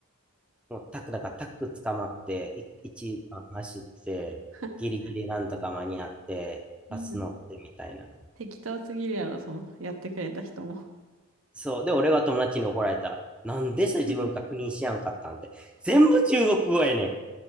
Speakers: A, in the centre; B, on the right (about 65°).
A: もうタク、だからタク捕まって、い1時間走って、
B: <laughs>
A: ギリギリなんとか間に合って、
B: みんな
A: バス乗ってみたいな。
B: 適当すぎるやろ、その、やってくれた人も。
A: そう。で、俺は友達に怒られた。なんでそれ自分確認しやんかったんて。
B: <laughs>
A: 全部中国語やねん。